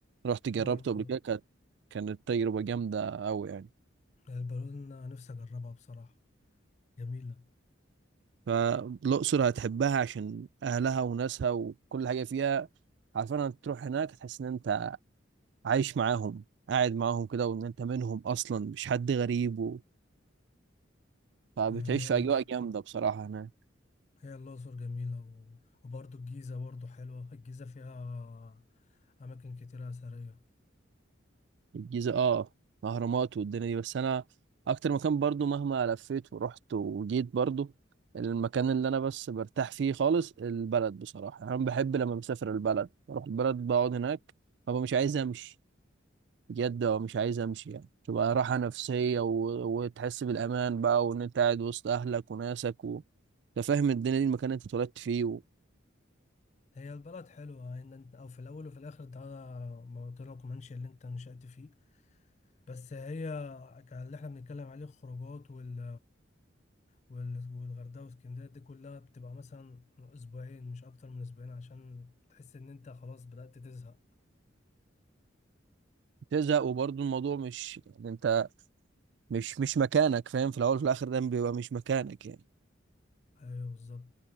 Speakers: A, on the right; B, on the left.
A: رحت جربته
B: اه الب-
A: قبل كده كانت كانت تجربه جامده قوي يعني
B: البالون نفسي أجربها بصراحة جميلة
A: فالاقصر هتحبها عشان اهلها وناسها وكل حاجه فيها عارفين انك تروح هناك تحس ان انت عايش معاهم قاعد معاهم كده وان انت منهم اصلا مش حد غريب و... فبتعيش
B: آه،
A: في اجواء جامده بصراحه هناك
B: هي الأقصر جميلة و... وبرضه الجيزة برضه حلوة الجيزة فيها أماكن كتيرة أثرية
A: الجيزه اه اهرامات والدنيا دي بس انا اكتر مكان برضو مهما لفيت ورحت وجيت برضو المكان اللي انا بس برتاح فيه خالص البلد بصراحه انا بحب لما بسافر البلد بروح البلد بقعد هناك ببقى مش عايز امشي بجد ببقى مش عايز امشي يعني تبقى راحه نفسيه و... وتحس بالامان بقى وان انت قاعد وسط اهلك وناسك و... انت فاهم الدنيا دي المكان اللي انت اتولدت فيه
B: هي البلد حلوة إن أنت أو في الأول وفي الآخر ده موطنك ومنشأ اللي أنت نشأت فيه بس هي ك- اللي إحنا بنتكلم عليه الخروجات وال وال- والغردقة واسكندرية دي كلها بتبقى مثلا أسبوعين مش أكتر من أسبوعين عشان تحس إن أنت خلاص بدأت تزهق
A: تزهق وبرضه الموضوع مش يعني انت مش مش مكانك فاهم في الاول وفي الاخر ده بيبقى مش مكانك يعني
B: أيوه بالظبط